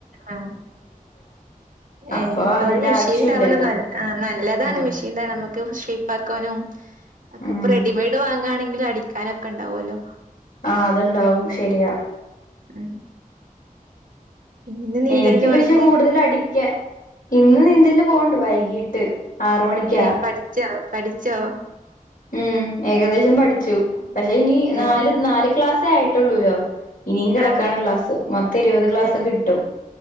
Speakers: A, on the right; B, on the left.
A: ആ
B: അപ്പൊ
A: ഏ
B: അതിന്റെ
A: ഒരു മെഷീൻണ്ടാവണം
B: ആവശ്യം ഇല്ലല്ലോ
A: ന നല്ലതാണ്
B: ആഹ്
A: മെഷീൻ നമ്മുക്ക് ഷെയിപ്പാക്കാനും ഒക്കെ
B: ഉം
A: ഇപ്പൊ റെഡിമേഡ് വാങ്ങാണെങ്കിൽ അടിക്കാനൊക്കെ ഉണ്ടാവുല്ലോ
B: ആ അതുണ്ടാവും ശരിയാ
A: ഉം പിന്നെ ഇന്ന് നീന്തലിന്
B: എനിക്ക് പക്ഷെ
A: പോണില്ലേ
B: കൂടുതലടിക്ക ഇന്ന് നീന്തലിന് പോകിണ്ട് വൈകീട്ട് ആറ്മണിക്കാ
A: ഏഹ് പഠിച്ചോ പഠിച്ചോ
B: ഉം ഏകദേശം പഠിച്ചു പക്ഷെ ഇനി നാല്
A: ഏഹ്
B: നാല് ക്ലാസ് ആയിട്ടുള്ളൂല്ലോ ഇനിയും കിടക്കാണ്
A: ആഹ്
B: ക്ലാസ്സ് മത്ത ഇരുപത് ഗക്ലാസ്
A: ഏഹ്
B: കിട്ടും